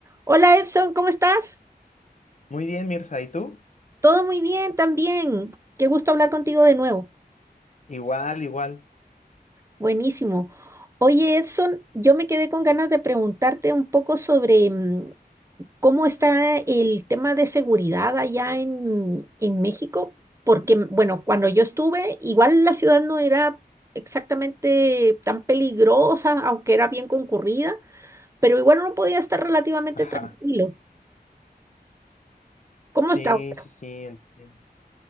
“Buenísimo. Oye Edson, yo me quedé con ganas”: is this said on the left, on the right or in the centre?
Right